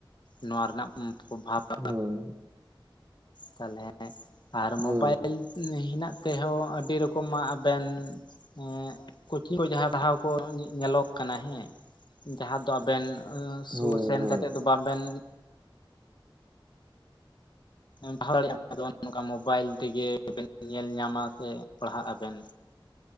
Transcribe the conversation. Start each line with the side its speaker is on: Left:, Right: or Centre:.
Left: ᱱᱚᱣᱟ ᱨᱮᱱᱟᱜ ᱯᱨᱚᱵᱷᱟᱵᱽ <unintelligible>
Right: ᱦᱳᱭ
Left: ᱛᱟᱦᱚᱞᱮ ᱟᱨ
Right: ᱦᱳᱭ
Left: ᱢᱳᱵᱟᱭᱤᱞ ᱦᱮᱱᱟᱜ ᱛᱮᱦᱚᱸ ᱟᱹᱰᱤ ᱨᱚᱠᱚᱢᱟᱜ ᱟᱵᱮᱱ ᱮᱸ ᱠᱳᱪᱤᱝ ᱠᱚ ᱡᱟᱦᱟᱸᱭ ᱯᱟᱲᱦᱟᱣ ᱠᱚ ᱧᱮᱞᱚᱜ ᱠᱟᱱᱟ ᱦᱮᱸ ᱡᱟᱦᱟᱸ ᱫᱚ ᱟᱵᱮᱱ
Right: ᱦᱳᱭ
Left: ᱥᱩᱨ ᱥᱮᱱ
Right: ᱦᱳᱭ
Left: ᱠᱟᱛᱮᱫ ᱫᱚ ᱵᱟᱵᱮᱱ ᱯᱟᱲᱦᱟᱣ ᱫᱟᱲᱮᱭᱟᱜᱼᱟ᱾ ᱟᱫᱚ ᱚᱱ ᱱᱚᱝᱠᱟ ᱢᱳᱵᱟᱭᱤᱞ ᱛᱮᱜᱮ ᱵᱮᱱ ᱧᱮᱞ ᱧᱟᱢᱟ ᱥᱮ ᱯᱟᱲᱦᱟᱜ ᱟᱵᱮᱱ